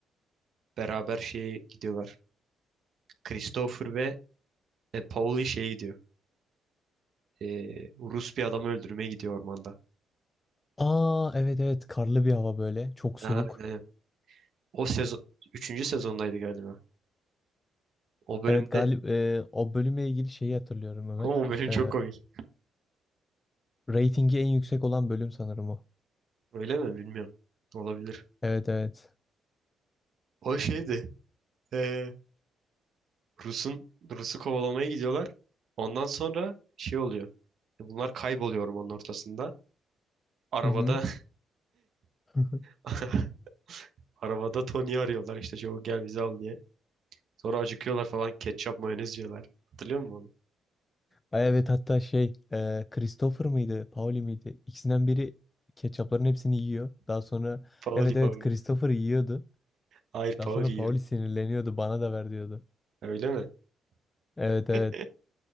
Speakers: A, on the right; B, on the left.
A: beraber şeye gidiyorlar. Christopher ve e, Pauli şeye gidiyor. Ee, Rus bir adamı öldürmeye gidiyor ormanda.
B: Aa evet evet. Karlı bir hava böyle. Çok
A: Aynen.
B: soğuk.
A: O sezon üçüncü sezondaydı galiba. O bölümde
B: Evet galip e, o bölümle ilgili şeyi hatırlıyorum Ömer.
A: ama o bölüm
B: E,
A: çok komik.
B: ratingi en yüksek olan bölüm sanırım o.
A: Öyle mi bilmiyorum. Olabilir.
B: Evet evet.
A: O şeydi. Ee, Rus'un Rus'u kovalamaya gidiyorlar. Ondan sonra şey oluyor. Bunlar kayboluyor ormanın ortasında. Arabada
B: Mhm. <laughs>
A: <laughs> arabada Tony'yi arıyorlar işte çabuk gel bizi al diye. Sonra acıkıyorlar falan ketçap mayonez yiyorlar. Hatırlıyor musun onu?
B: Ay Evet hatta şey e, Christopher mıydı Pauli miydi ikisinden biri ketçapların hepsini yiyor. Daha sonra
A: Pauli
B: evet evet
A: Pauli.
B: Christopher yiyordu.
A: Hayır
B: Daha
A: Pauli
B: sonra
A: yiyor.
B: Pauli sinirleniyordu bana da ver diyordu.
A: Öyle mi?
B: Evet
A: <laughs>
B: evet